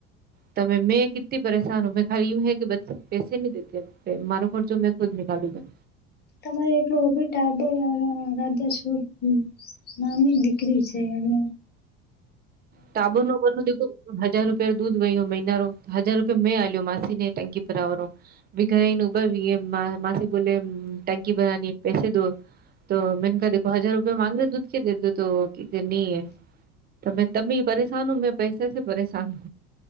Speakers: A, on the right; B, on the left.
A: તમે મેં કિતિ પરેશાન હું મે ખાલી યું હ કે બ પૈસે નહી દેતે. મારો ખર્ચો મેં ખુદ નીકાલુગા.
B: તમારે એટલ ઓબી ટા રા. <unintelligible> નાની દીકરી છે એનો.
A: ટાબુરનો બલો દખો. હજાર રૂપિયા દૂધ વયો મહિનારો તો હજાર રૂપિયા મેં આલ્યો માસી ને ટંકી પરાવરો. ભી ઘરે ન ઉભર માસે બોલે ટંકી ભરાની હૈ પેસે દો. તો મેન કા દખો હજાર રૂપિયા માંગ રે દૂધ કે દે દો તો કે નહી તમે. તમી પરેશાન હું મેં પૈસે સે પરેશાન હું.